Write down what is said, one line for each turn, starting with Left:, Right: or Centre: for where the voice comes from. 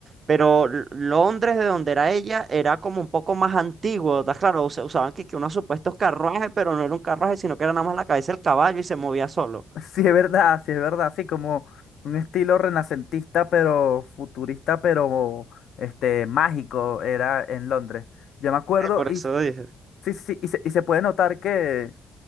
Right: Pero L- Londres, de donde era ella, era como un poco más antiguo, ¿estás claro? Usa- usaban que, que unos supuestos carruajes, pero no era un carruaje, sino que era nada más la cabeza del caballo y se movía solo.
Left: Sí, es verdad, sí, es verdad, sí, como un estilo renacentista, pero futurista, pero este mágico era en Londres. Yo me acuerdo
Right: Eh, por
Left: y
Right: eso dije.
Left: sí, sí, y se, y se puede notar que